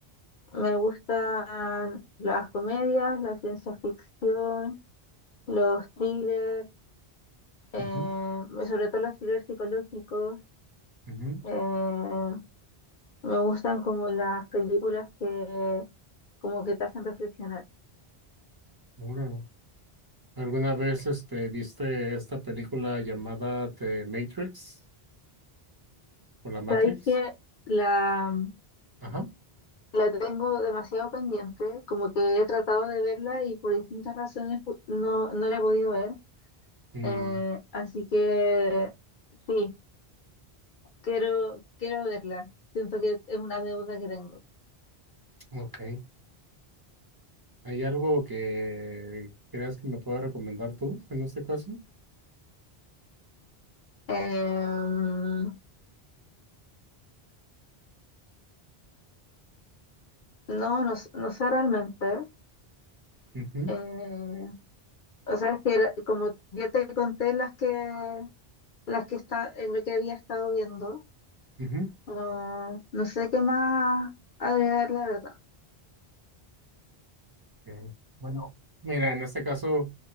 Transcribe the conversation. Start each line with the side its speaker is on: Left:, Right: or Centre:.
Left: me gustan las comedias, la ciencia ficción, los thrillers, eh,
Right: Ujú,
Left: sobre todo los thrillers psicológicos.
Right: ujú,
Left: Eh, me gustan como las películas que como que te hacen reflexionar.
Right: ahora, ¿Alguna vez este, viste esta película llamada The Matrix o La Matrix?
Left: Sabes que la,
Right: Ajá.
Left: la tengo demasiado pendiente, como que he tratado de verla y por distintas razones no, no la he podido ver.
Right: Mm,
Left: Eh, así que sí, quiero, quiero verla. Siento que es una deuda que tengo.
Right: ok. ¿Hay algo que creas que me pueda recomendar tú en este caso?
Left: Em, no, no, s- no sé realmente.
Right: Ujú,
Left: Eh, o sea, es que era- como ya te conté las que las que está, en lo que había estado viendo,
Right: ujú.
Left: no no sé qué más agregar, la verdad.
Right: Ok. Bueno, mira, en este caso